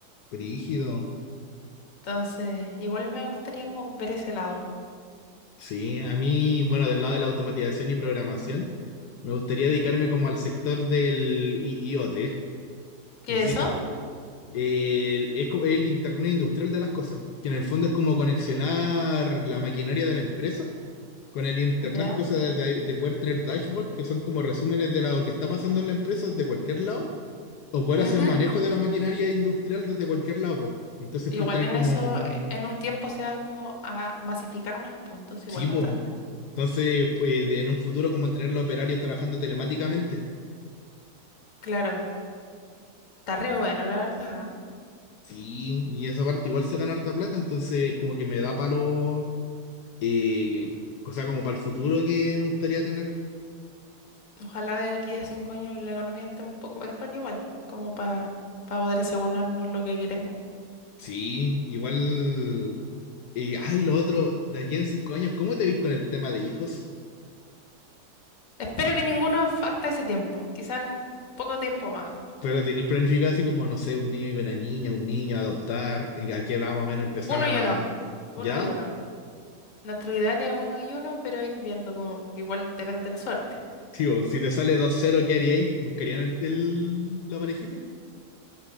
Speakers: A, on the left; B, on the left.
A: Brígido.
B: Entonces, igual me gustaría como ver ese lado.
A: Sí, a mí, bueno, del lado de la automatización y programación, me gustaría dedicarme como al sector del I- IoT.
B: ¿Qué
A: No sé
B: es
A: si
B: eso?
A: co- el, es co- el Internet Industrial de las cosas, que en el fondo es como conexionar la maquinaria de la empresa con el internet,
B: Ya.
A: cosa de, de poder tener dashboards que son como resúmenes de lo que está pasando en la empresa de cualquier lado, o poder
B: Ujú.
A: hacer manejo de la maquinaria industrial desde cualquier lado, po. Entonces
B: Igual
A: puedes tener
B: en
A: como,
B: eso, eh, en un tiempo se va como a masificar más, pues entonces
A: sí,
B: igual
A: po.
B: va a estar bueno.
A: Entonces, pues, en un futuro como tener los operarios trabajando telemáticamente.
B: Claro, está re bueno, la verdad.
A: Sí, y esa parte igual se gana harta plata, entonces como que me da palo, eh, cosa como para el futuro que me gustaría tener.
B: ¿eh? Ojalá de aquí a cinco años la economía esté un poco mejor igual, como para poder asegurarnos lo que queremos.
A: Sí, igual, eh, ay, lo otro, de aquí en cinco años, ¿cómo te ves con el tema de hijos?
B: Espero que ninguno hasta ese tiempo, quizás en un poco tiempo más.
A: Pero tenéis planificado así como, no sé, un niño y una niña, un niño, adoptar, eh, a qué edad más o menos empezar
B: Uno
A: a...
B: y uno, uno
A: ¿Ya?
B: y uno. Nuestro ideal es uno y uno, pero ir viendo como igual depende de la suerte.
A: Tío, si te sale dos cero ¿qué haríais? ¿Buscarían el, el- la parejita?